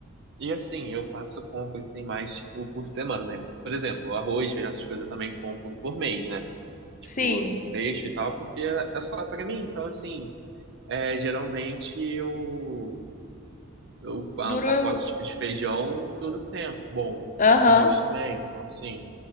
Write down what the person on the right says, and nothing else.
E assim, eu faço compra assim mais, tipo, por semana, né? Por exemplo, arroz, feijão, essas coisas eu também compro por mês, né? Tipo,
deixo e tal, porque é só pra mim. Então, assim, é, geralmente eu. Eu, ah,
um pacote
tipo de feijão todo tempo. Bom,
arroz também, então assim,